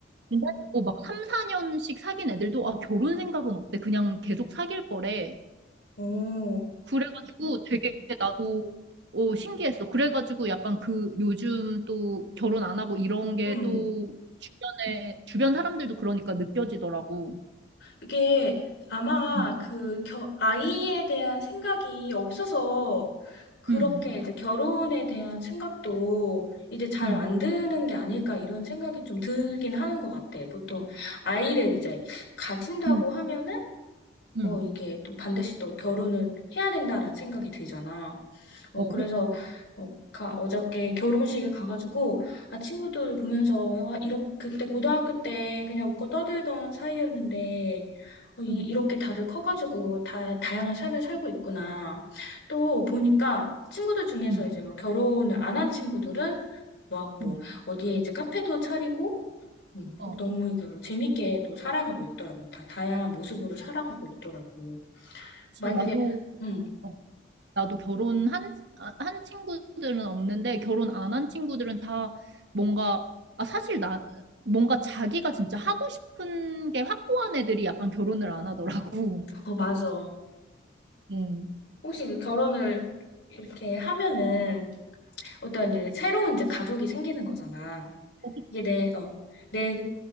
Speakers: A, on the right (about 65°); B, on the left (about 70°).
A: 근데 듣막 3, 4년씩 사귄 애들도 아 결혼 생각은 없대. 그냥 계속 사귈 거래.
B: 오,
A: 그래가지고 되게 나도 어, 신기했어. 그래가지고 약간 그 요즘 또 결혼 안 하고 이런 게
B: 음.
A: 또 주변에 주변 사람들도 그러니까 느껴지더라고.
B: 그게 아마
A: 음,
B: 그 겨, 아이에 대한 생각이 없어서 그렇게
A: 음,
B: 이제 결혼에 대한 생각도 이제 잘
A: 음,
B: 안 드는 게 아닐까 이런 생각이 좀 들긴 하는 것 같아. 보통 아이를 이제 가진다고
A: 음.
B: 하면은
A: 음.
B: 어, 이게 또 반드시 또 결혼을 해야 된다라는 생각이 들잖아. 어,
A: 어,
B: 그래서,
A: 그치.
B: 어, 가, 어저께 결혼식에 가가지고, 아, 친구들 보면서, 와, 이렇게, 그때 고등학교 때 그냥 웃고 떠들던 사이였는데, 어, 이,
A: 음,
B: 이렇게 다들 커가지고, 다, 다양한 삶을 살고 있구나. 또 보니까, 친구들 중에서
A: 음,
B: 이제 뭐 결혼을 안 한 친구들은, 막 뭐,
A: 음.
B: 어디에 이제 카페도 차리고, 음,
A: 어,
B: 너무 이게 뭐 재밌게 또 살아가고 있더라고. 다 다양한 모습으로 살아가고 있더라고.
A: 그치.
B: 만약에,
A: 나도
B: 음,
A: 어. 나도 결혼한 아, 한 친구들은 없는데 결혼 안 한 친구들은 다 뭔가 아 사실 나 뭔가 자기가 진짜 하고 싶은 게 확고한 애들이 약간 결혼을 안 하더라고.
B: 어, 맞아.
A: <laughs> 음.
B: 혹시 그 결혼을 이렇게 하면은 어떤 이제 새로운 이제 가족이 생기는 거잖아.
A: 어, 그치.
B: 이게 내, 어, 내,